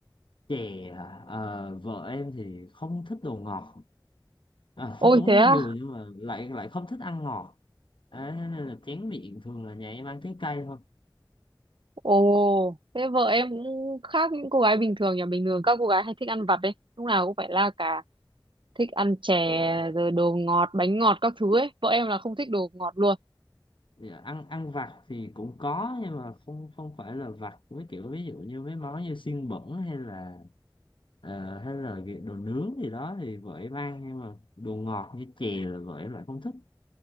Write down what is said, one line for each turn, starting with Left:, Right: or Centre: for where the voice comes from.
Left: chè à, ờ, vợ em thì không thích đồ ngọt à,
Right: Ôi
Left: <laughs> thích uống
Right: thế
Left: nước
Right: à?
Left: dừa nhưng mà lại lại không thích ăn ngọt Đấy, thế nên là chén miệng thường là nhà em ăn trái cây thôi
Right: Ồ, thế vợ em cũng khác những cô gái bình thường nhà bình thường các cô gái hay thích ăn vặt đấy. Lúc nào cũng phải la cà thích ăn chè
Left: dạ,
Right: rồi đồ ngọt bánh ngọt các thứ ấy vợ em là không thích đồ ngọt luôn
Left: dạ, ăn ăn vặt thì cũng có nhưng mà không không phải là vặt với kiểu ví dụ như mấy món như xiên bẩn hay là ờ, hay là cái đồ nướng gì đó thì vợ em ăn nhưng mà đồ ngọt như chè là vợ em lại không thích